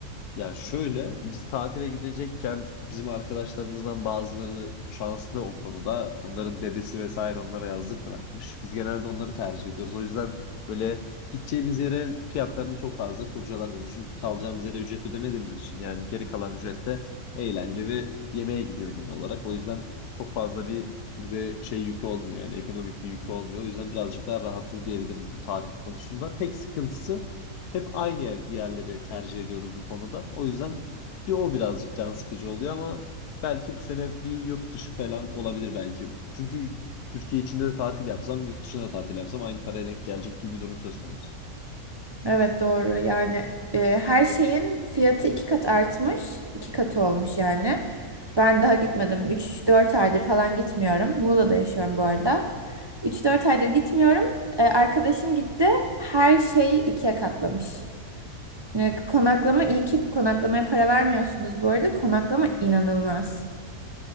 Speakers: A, on the left; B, on the right.
A: Ya şöyle biz tatile gidecekken bizim arkadaşlarımızdan bazıları şanslı o konuda. Onların dedesi vesaire onlara yazlık bırakmış. Biz genelde onları tercih ediyoruz. O yüzden böyle gideceğimiz yere fiyatlarını çok fazla kurcalamıyoruz. Çünkü kalacağımız yere ücret ödemediğimiz için yani geri kalan ücret de eğlence ve yemeğe gidiyor genel olarak. O yüzden çok fazla bir bize şey yükü olmuyor yani ekonomik bir yükü olmuyor. O yüzden birazcık daha rahatız diyebilirim bu tatil konusunda. Tek sıkıntısı hep aynı yer, yerleri tercih ediyoruz bu konuda. O yüzden bir o birazcık can sıkıcı oluyor ama belki bu sene bir yurt dışı falan olabilir belki. Çünkü Türkiye içinde de tatil yapsam, yurt dışında da tatil yapsam aynı paraya denk gelecek gibi bir durum söz konusu.
B: Evet doğru yani e, her şeyin fiyatı iki kat artmış iki katı olmuş yani ben daha gitmedim üç dört aydır falan gitmiyorum Muğla'da yaşıyorum bu arada üç dört aydır gitmiyorum E, arkadaşım gitti her şeyi ikiye katlamış yani konaklama iyi ki konaklamaya para vermiyorsunuz bu arada konaklama inanılmaz